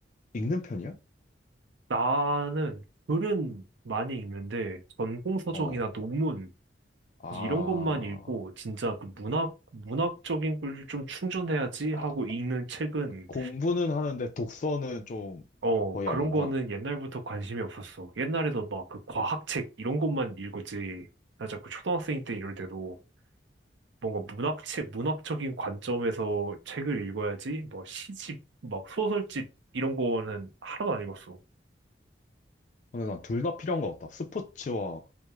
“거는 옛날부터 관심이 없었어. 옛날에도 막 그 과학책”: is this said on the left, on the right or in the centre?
Right